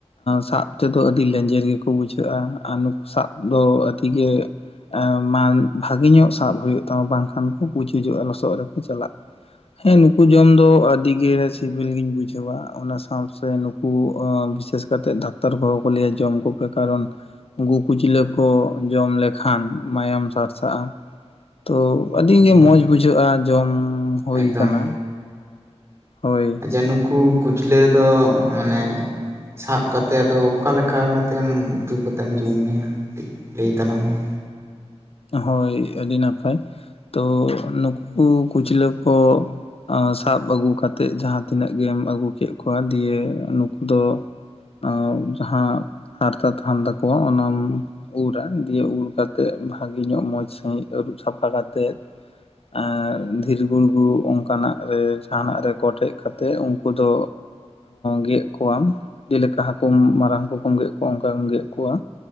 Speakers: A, on the left (about 60°); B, on the right (about 20°).
A: ᱥᱟᱵ ᱛᱮᱫᱚ ᱟᱹᱰᱤ ᱞᱮᱸᱧᱡᱮᱨ ᱜᱮ ᱠᱚ ᱵᱩᱡᱷᱟᱹᱜᱼᱟ ᱟᱨ ᱱᱩᱠᱩ ᱥᱟᱵ ᱫᱚ ᱟᱹᱰᱤ ᱜᱮ ᱢᱟᱱ ᱵᱷᱟᱜᱮ ᱧᱚᱜ ᱥᱟᱵ ᱦᱩᱭᱩᱜ ᱛᱟᱢᱟ ᱵᱟᱝᱠᱷᱟᱱ ᱠᱚ ᱯᱩᱪᱩᱡᱚᱜ-ᱟ ᱞᱚᱥᱚᱫ ᱨᱮ ᱠᱚ ᱪᱟᱞᱟᱜ ᱦᱮᱸ ᱱᱩᱠᱩ ᱡᱚᱢ ᱫᱚ ᱟᱹᱰᱤ ᱜᱮ ᱥᱤᱵᱤᱞ ᱜᱤᱧ ᱵᱩᱡᱷᱟᱹᱣᱟ ᱚᱱᱟ ᱥᱟᱶᱛᱮ ᱱᱩᱠᱩ ᱵᱤᱥᱮᱥ ᱠᱟᱭᱛᱮ ᱰᱟᱠᱛᱟᱨ ᱠᱚ ᱦᱚᱸ ᱠᱚ ᱞᱟᱹᱭᱟ ᱡᱚᱢ ᱠᱚᱯᱮ ᱠᱟᱨᱚᱱ ᱩᱱᱠᱩ ᱠᱩᱪᱞᱟᱹ ᱠᱚ ᱡᱚᱢ ᱞᱮᱠᱷᱟᱱ ᱢᱟᱭᱟᱢ ᱥᱟᱨᱥᱟᱜᱼᱟ ᱛᱚ ᱟᱹᱰᱤ
B: ᱦᱳᱭ
A: ᱜᱮ ᱢᱚᱡᱽ ᱵᱩᱡᱷᱟᱹᱜᱼᱟ ᱡᱚᱢ ᱦᱩᱭ
B: ᱮᱠᱫᱚᱢ
A: ᱠᱟᱱᱟ ᱦᱳᱭ
B: ᱡᱮ ᱱᱩᱠᱩ ᱠᱩᱪᱞᱟᱹ ᱫᱚ ᱢᱟᱱᱮ ᱥᱟᱵᱽ ᱠᱟᱛᱮ ᱟᱫᱚ ᱚᱠᱟ ᱞᱮᱠᱟ ᱠᱟᱛᱮᱢ ᱩᱛᱩ ᱠᱟᱛᱮᱢ ᱡᱚᱢᱮᱭᱟ? ᱠᱟᱹᱴᱤᱡ ᱞᱟᱹᱭ ᱛᱟᱞᱟᱝ ᱢᱮ᱾
A: ᱦᱳᱭ ᱟᱹᱰᱤ ᱱᱟᱯᱟᱭ, ᱛᱚ ᱱᱩᱠᱩ ᱠᱩᱪᱞᱟᱹ ᱠᱚ᱾ ᱟ. ᱥᱟᱵ ᱟᱹᱜᱩ ᱠᱟᱛᱮᱫ ᱡᱟᱦᱟᱸ ᱛᱤᱱᱟᱹᱜ ᱜᱮᱢ ᱟᱹᱜᱩ ᱠᱮᱫ ᱠᱚᱣᱟ ᱫᱤᱭᱟᱹ ᱱᱩᱠᱩ ᱫᱚ ᱟᱺᱵ ᱡᱟᱦᱟᱸ ᱦᱟᱨᱛᱟ ᱛᱟᱦᱮᱱ ᱛᱟᱠᱚᱣᱟ ᱚᱱᱟᱢ ᱩᱨᱟ ᱫᱤᱭᱮ ᱩᱨ ᱠᱟᱛᱮᱜ ᱵᱷᱟᱜᱮ ᱧᱚᱜ ᱢᱚᱸᱡᱽ ᱥᱟᱺᱦᱤᱡ ᱟᱹᱨᱩᱵ ᱥᱟᱯᱷᱟ ᱠᱟᱛᱮᱫ᱾ ᱮ ᱫᱷᱤᱨᱤ ᱜᱩᱲᱜᱩ ᱚᱱᱠᱟᱱᱟᱜ ᱨᱮ ᱡᱟᱸᱦᱟᱱᱟᱜ ᱨᱮ ᱠᱚᱴᱮᱡ ᱠᱟᱛᱮᱜ ᱩᱱᱠᱩ ᱫᱚ ᱜᱮᱫ ᱠᱚᱣᱟᱢ ᱡᱮᱞᱮᱠᱟ ᱦᱟᱠᱩᱢ ᱢᱟᱨᱟᱝ ᱦᱟᱠᱩ ᱠᱚᱢ ᱜᱮᱫ ᱠᱚᱣᱟ ᱚᱱᱠᱟ ᱜᱮᱢ ᱜᱮᱫ ᱠᱚᱣᱟ᱾